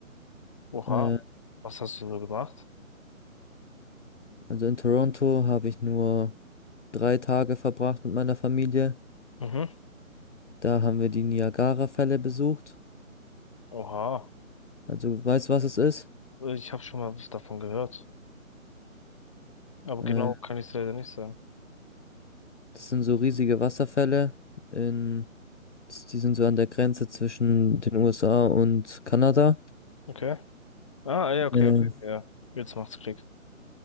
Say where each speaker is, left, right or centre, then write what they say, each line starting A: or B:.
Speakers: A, on the left; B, on the left.
A: Oha.
B: Ähm,
A: Was hast du so gemacht?
B: also in Toronto habe ich nur drei Tage verbracht mit meiner Familie.
A: Mhm.
B: Da haben wir die Niagara-Fälle besucht.
A: Oha.
B: Also weißt du, was es ist?
A: Ich habe schon mal was davon gehört. Aber
B: Äh,
A: genau kann ich es leider nicht sagen.
B: das sind so riesige Wasserfälle. In, die sind so an der Grenze zwischen den USA und Kanada.
A: Okay. Ah, ja, okay,
B: Äh,
A: okay. Ja. Jetzt macht's Klick.